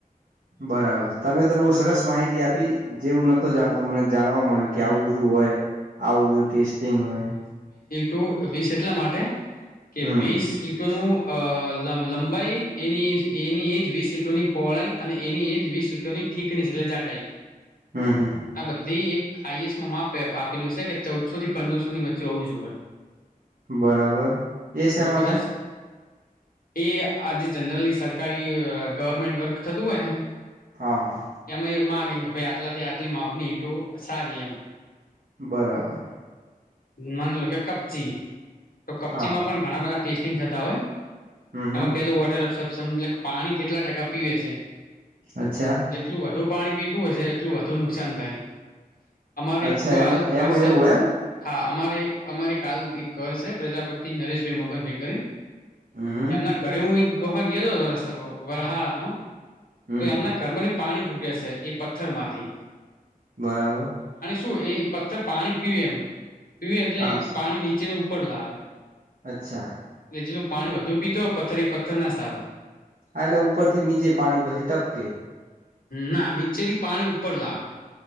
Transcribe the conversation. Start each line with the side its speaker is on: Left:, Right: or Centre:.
Right: બરાબર તમે તો બહુ સરસ માહિતી આપી. જે હું નહોતો જાણતો. મને જાણવા મળ્યું
Left: હમ
Right: કે આવું બધું હોય. આવું બધું ટેસ્ટિંગ હોય.
Left: તો વીસ એટલા માટે કે
Right: હમ
Left: વીસ ઈટ નું અ લ લંબાઈ એની એજ એની એજ વીસ ઈટોની પહોળાઈ અને એની એજ વીસ ઈટોની ઠીકની એટલે જાડાઈ.
Right: હમ હમ
Left: આ બધી એક આઈએએસમાં માપ આપેલું છે કે, ચૌદસો થી પંદરસોની વચ્ચે હોવું જોએ
Right: બરાબર. એ શા માટે?
Left: કદાચ એ આજે જનરલી સરકારી ગવર્મેન્ટ વર્ક થતું હોય ને
Right: હા હા
Left: એમાં એ માગેમ કે ભાઈ આટલા થી આટલી માપની ઈટો સારી એમ
Right: બરાબર.
Left: માની લો કે કપચી. તો કપચી
Right: હા
Left: માં પણ ઘણા બધા ટેસ્ટિંગ થતા હોય
Right: હમ
Left: એમાં
Right: હમ
Left: પેલું વોટર અસપશન એટલે પાણી કેટલા ટકા પીવે છે.
Right: અચ્છા
Left: જેટલું વધુ પાણી પીતું હશે. એટલું વધુ નુકસાન થાય. અમારે
Right: અચ્છા
Left: એક
Right: એમ
Left: હાલ કરશે
Right: એમાં એવું હોય એમ
Left: હા અમારે અમારી કાલ એક કર છે. પ્રજાપતિ નરેશભાઈ મગન
Right: હમ
Left: એમના કરે હું એક વખત ગયો હતો વરહાળામાં
Right: હમ
Left: તો એમના ઘરમાંથી પાણી ફૂટે છે. એ પથ્થર માંથી
Right: બરાબર.
Left: શું એ પથ્થર પાણી પીવે એમ. પીવે એટલે
Right: હા
Left: એ પાણી નીચેની ઉપર લાવે
Right: અચ્છા
Left: જેલું પાણી વધુ પીતું હોય પથ્થ પથ્થર ના સારું
Right: એટલે ઉપરથી નીચે પાણી પછી ટપકે
Left: ના નીચેથી પાણી ઉપર લાવે.